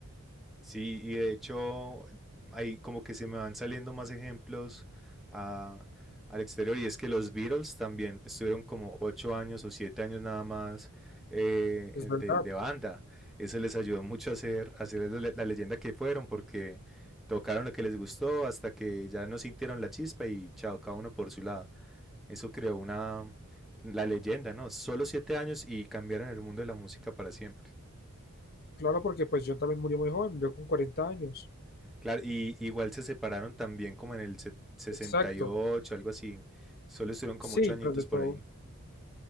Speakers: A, in the centre; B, on the left (about 45°).
A: Sí, y de hecho, ahí como que se me van saliendo más ejemplos a- al exterior. Y es que los Beatles también estuvieron como ocho años o siete años nada más eh,
B: Es verdad.
A: de, de banda. Eso les ayudó mucho a ser, a ser la, la leyenda que fueron, porque tocaron lo que les gustó hasta que ya no sintieron la chispa y chao, cada uno por su lado. Eso creó una, la leyenda, ¿no? Solo siete años y cambiaron el mundo de la música para siempre.
B: Claro, porque pues John también murió muy joven, murió con 40 años.
A: Claro, y igual se separaron también como en el se- 68,
B: Exacto.
A: algo así. Solo estuvieron como
B: Sí,
A: ocho añitos
B: tras de todo.
A: por ahí.